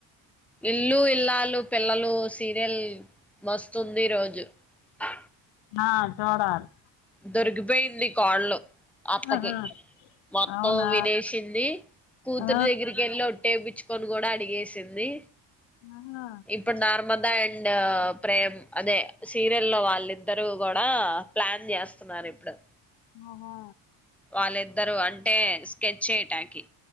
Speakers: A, in the centre; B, on the left.
A: ఇల్లు ఇల్లాలు పిల్లలు సీరియల్ మస్తుంది ఈ రోజు ఆ
B: ఆ చూడాలి
A: దొరికిపోయింది కాల్ లో అత్తకి
B: ఆహా
A: మొత్తం
B: అవునా
A: వినేషింది కూతురు
B: ఆ
A: దగ్గరికేళ్ళి ఒట్టేపీచు కోని కూడా అడిగేసింది
B: ఆహా
A: ఇప్పుడు నార్మల్ అండ్ ప్రేమ్ అదే సీరియల్ లో వాళ్ళిద్దరు కూడా ప్లాన్ చేస్ స్తరు ఇప్పుడు
B: ఆహా
A: వాళ్ళిద్దరు అంటే స్కెచే టాకీ